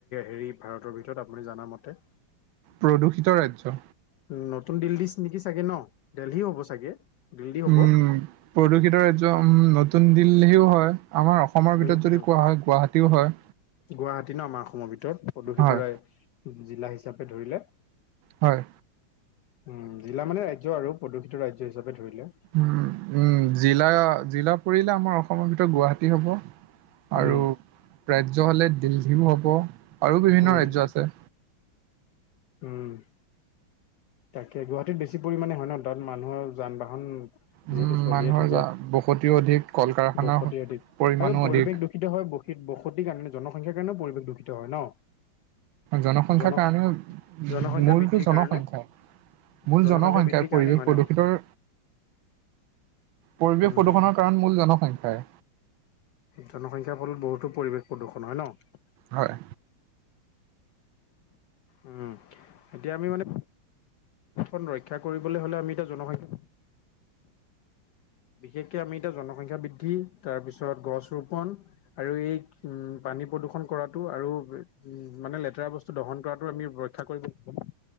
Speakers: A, on the left; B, on the right.
A: হেৰি, ভাৰতৰ ভিতৰত আপুনি জনামতে
B: প্ৰদূষিত ৰাজ্য,
A: উ নতুন দিল্লী নেকি চাগে ন, দেলহিও হ'ব চাগে। দিল্লী হ'ব
B: উম, প্ৰদূষিত ৰাজ্য উম, নতুন দিল্লীও হয়। আমাৰ অসমৰ
A: উম
B: ভিতৰত
A: উম
B: যদি কোৱা হয় গুৱাহাটীও হয়।
A: গুৱাহাটী ন আমাৰ অসমৰ ভিতৰত, প্ৰদূষিতৰাই
B: হয়,
A: জিলা হিচাপে ধৰিলে।
B: হয়।
A: উম, জিলা মানে ৰাজ্য আৰু প্ৰদূষিত ৰাজ্য হিচাপে ধৰিলে।
B: উম উম, জিলা, জিলা পৰিলে আমাৰ অসমৰ ভিতৰত গুৱাহাটী হ'ব। আৰু,
A: উম
B: ৰাজ্য হ'লে দিল্লীও হ'ব, আৰু বিভিন্ন
A: উম
B: ৰাজ্্য
A: উম
B: আছে।
A: উম। তাকে গুৱাহাটীত বেছি পৰিমাণে হয় ন তাত মানুহৰ যান- বাহন
B: উম,
A: যিহেতু চলিয়ে
B: মানুহৰ
A: থাকে,
B: জা- বসতিও অধিক কল কাৰখানাৰ
A: বসতি অধিক,
B: পৰিমাণো
A: আৰু পৰিৱেশ
B: অধিক
A: দু ূষিত হয় ব বসতিৰ কাৰণে জনসংখ্যাৰ কাৰণেও পৰিৱেশ দূষিত হয় ন।
B: জনসংখ্যাৰ
A: জন
B: কাৰণে,
A: জনসংখ্যা
B: মূলটো
A: বৃদ্ধিৰ
B: জনসংখ্যাই।
A: কাৰণে
B: মূল
A: জনসংখ্যা
B: জনসংখ্যাৰ
A: বৃদ্ধিৰ
B: পৰিৱেশ
A: কাৰণে হয়
B: প্ৰদূষিতৰ,
A: ন
B: পৰিৱেশ
A: উম
B: প্ৰদূষণত াণ মূল জনসংখ্যাই।
A: জনসংখ্যাৰ ফলত বহুতো পৰিৱেশ প্ৰদূষণ হয় ন।
B: হয়।
A: উম, এতিয়া আমি মানে খন ৰক্ষা কৰিবলৈ হ'লে আমি এতিয়া জনসংখ্যা বিশেষকে আমি এতিয়া জনসংখ্যা বৃদ্ধি তাৰপিছত গছ ৰোপন আৰু এই উ পানী প্ৰদূষণ কৰাতটো আৰু উ মানে লেতেৰা বস্তু দহন কৰাটো আমি ৰক্ষ <unintelligible>